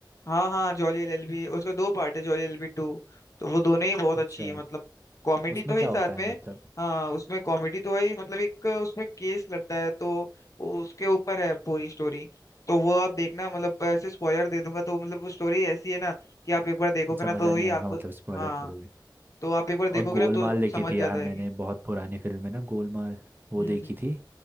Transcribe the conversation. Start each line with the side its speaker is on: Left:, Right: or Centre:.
Left: हाँ हाँ जॉली एलएलबी उसका दो पार्ट है जॉली एलएलबी टू तो वो दोनों ही बहुत
Right: अच्छा
Left: अच्छी है मतलब कॉमेडी
Right: उसमें
Left: तो है
Right: क्या
Left: ही साथ
Right: होता है
Left: में
Right: मतलब
Left: हाँ उसमें कॉमेडी तो है ही मतलब एक उसमें केस लड़ता है तो वो उसके ऊपर है पूरी स्टोरी तो वो आप देखना मतलब ऐसे स्पॉइलर दे दूंगा तो मतलब वो स्टोरी ऐसी है ना कि आप एक बार देखोगे
Right: अच्छा
Left: ना
Right: मज़ा
Left: तो
Right: नहीं
Left: ही
Right: आएगा
Left: आपको
Right: मतलब स्पॉइलर
Left: हाँ
Right: दे दोगे
Left: तो आप एक बार देखोगे
Right: और गोलमाल
Left: ना तो
Right: देखी
Left: समझ
Right: थी
Left: जाता
Right: यार
Left: है
Right: मैंने
Left: कि
Right: बहुत पुरानी फिल्म है ना गोलमाल वो
Left: हम्म
Right: देखी
Left: हम्म
Right: थी